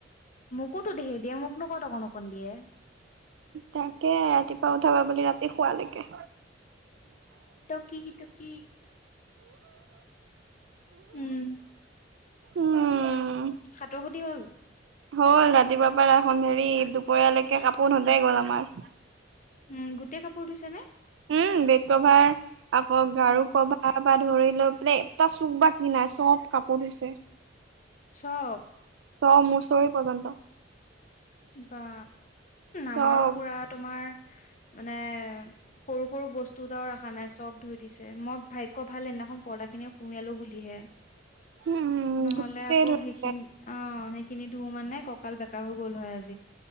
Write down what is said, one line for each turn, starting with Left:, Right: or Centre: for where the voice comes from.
Left: মোকোতো দেহে দিয়ে মোকনো ক অকণ অকণ দিয়ে।
Right: তাকে ৰাতিপুৱা উঠাবা বুলি ৰাতি শোৱালৈকে।
Left: টকি টকী উম।
Right: উম
Left: সাঁতৰ প্ৰতি হ'ল।
Right: হ'ল ৰাতিপুৱা পৰা এখন হেৰি দুপৰীয়ালৈকে কাপোৰ ধুতেই গ'ল আমাৰ।
Left: উম গোটেই কাপোৰ ধুইছে নে
Right: উম বেড কভাৰ আকৌ গাৰু
Left: উম,
Right: কভাৰ। পা ধৰি লৈ পেললে এটা চুক বা কিনাই চফ্ট কাপোৰ ধুইছে।
Left: চব।
Right: ছমচৰি পৰ্যন্ত।
Left: বা
Right: চব
Left: আমাৰো পুৰা তোমাৰ মানে সৰু সৰু বস্তু এটাও ৰখা নাই চব ধুই দিছে মই ভাগ্য ভাল সেইদিনাখন পদা সেইখিনি সুমালো বুলিহে
Right: <inaudible>
Left: নহ'লে
Right: গোটেই
Left: আকৌ
Right: ধুইছে।
Left: সেইখিনি অ সেইখিনি ধুও মানে কঁকাল বেকা হৈ গ'ল হয় আজি